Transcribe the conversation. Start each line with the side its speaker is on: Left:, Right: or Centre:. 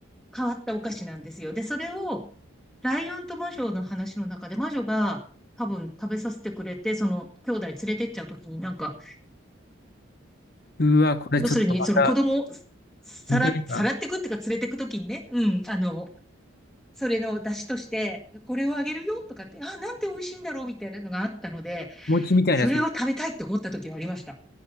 Centre: 変わったお菓子なんですよ。で、それを、ライオンと魔女の話の中で、魔女が多分食べさせてくれて、その兄弟連れてっちゃうときになんか、
Left: うわ、これちょっとまた
Centre: 要するに、その子供をさら、
Left: 見たいな。
Centre: さらってくっていうか連れてくときにね、うん、あの、それの出汁として、これをあげるよとかって、あ、なんて美味しいんだろうみたいなのがあったので、
Left: 餅みたいなやつ。
Centre: それを食べたいって思った時はありました。